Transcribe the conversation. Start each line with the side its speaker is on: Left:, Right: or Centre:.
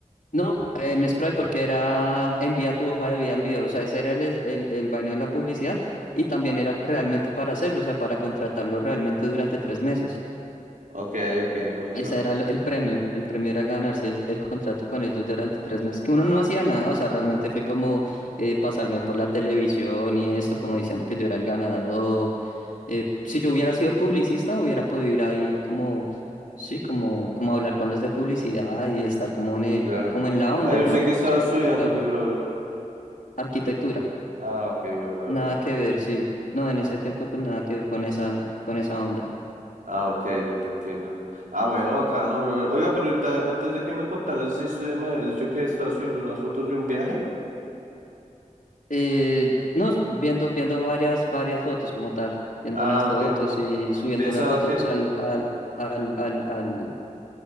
Left: No, en Sprite porque era envía tu hoja de vida en video, o sea, ese era el, es- el, el vaino de la publicidad y también era realmente para hacerlo, o sea, para contratarlo realmente durante tres meses.
Right: Ok, ok, me
Left: Ese era lo- el premio, el premio era ganarse el, el contrato con ellos durante tres meses, que uno no hacía nada, o sea, realmente fue como eh, pasarme por la televisión y esto, como diciendo que yo era el ganador. Eh, si yo hubiera sido publicista, hubiera podido ir ahí como, sí, como, como hablar con los de publicidad y estar como en el,
Right: Claro.
Left: como en la onda,
Right: Ay, ¿usted
Left: ¿no?
Right: qué estaba
Left: O sea,
Right: estudiando,
Left: que eso es bueno.
Right: mi brother?
Left: Arquitectura,
Right: Ah, ok, verdad,
Left: nada
Right: verdad.
Left: que ver, sí. No, en ese tiempo pues nada que ver con esa, con esa onda.
Right: Ah, ok, ya te entiendo. Ah, bueno, bacano, brother. Oiga, pero ahorita, antes de que me contaras esa historia, me habías dicho que estabas subiendo unas fotos de un viaje.
Left: Eh, no, viendo, viendo varias, varias fotos como tal, viendo
Right: Ah,
Left: unas fotos
Right: ok.
Left: y subiendo
Right: Pensaba
Left: unas fotos
Right: que...
Left: al, al, al, al, al,